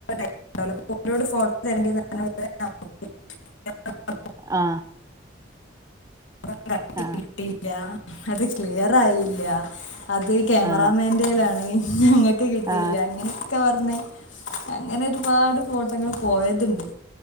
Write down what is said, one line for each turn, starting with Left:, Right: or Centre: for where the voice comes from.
Left: <unintelligible>
Right: ആഹ
Left: കറക്റ്റ്
Right: ആഹ
Left: കിട്ടിയില്ല അത് ക്ലിയർ ആയില്ല അത് ക്യാമറാമാന്റെലാണ്
Right: ആ
Left: ഒ കിട്ടിയില്ല
Right: ആ
Left: അങ്ങനെയൊക്കെ പറഞ്ഞ അങ്ങനെ ഒരുപാട് ഫോട്ടങ്ങൾ പോയതുണ്ട്